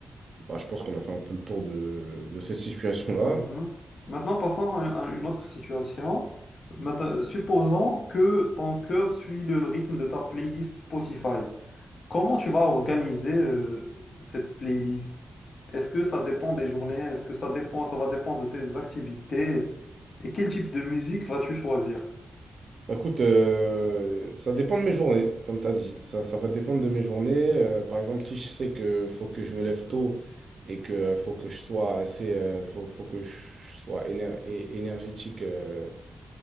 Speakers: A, on the right (about 60°); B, on the left (about 70°).
A: bah, je pense qu'on a fait un peu le tour de, de cette situation-là.
B: Mhm. Maintenant, passons à à une autre situation. Maintenant, supposons que ton cœur suit le rythme de ta playlist Spotify. Comment tu vas organiser euh, cette playlist? Est-ce que ça dépend des journées? Est-ce que ça dépend, ça va dépendre de tes activités? Et quel type de musique vas-tu choisir?
A: Bah, écoute, euh, ça dépend de mes journées, comme tu as dit. Ça, ça va dépendre de mes journées. Euh, par exemple, si je sais que faut que je me lève tôt et que euh, faut que je sois assez, euh, faut, faut que je sois éner- é- énergétique, euh,